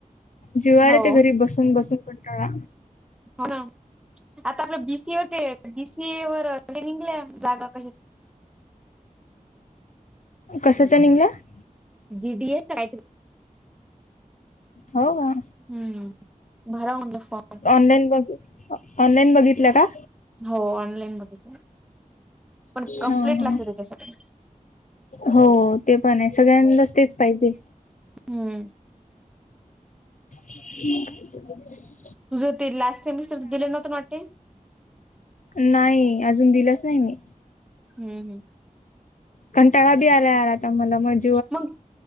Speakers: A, on the left; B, in the centre.
A: जुवारे
B: हो
A: ते घरी बसून, बसून कंटाळा
B: हो ना आता आपलं बीसीए होते बीसीए वर ट्रेनिंगगल्या जागा कशी
A: कसंच निंगलास
B: जी डी, एस आयट
A: हो गा
B: हम्म भरा म्हणलं फॉ
A: ऑनलाईन ब ऑनलाईन बघितलं का?
B: हो ऑनलाईन बघितल पण कमप्लेट
A: हा हा.
B: लागते त्याच्यासाठी
A: हो ते पण आहे सगळ्यांदच तेच पाहिजे
B: हम्म
A: ह. <inaudible>
B: तुझं ते लास्ट सेमिस्टर दिले न्हतं ना वाटते
A: नाही अजून दिलाच नाही मी
B: हम्
A: कंटाळा बी आलाय आला आता मला मज
B: मग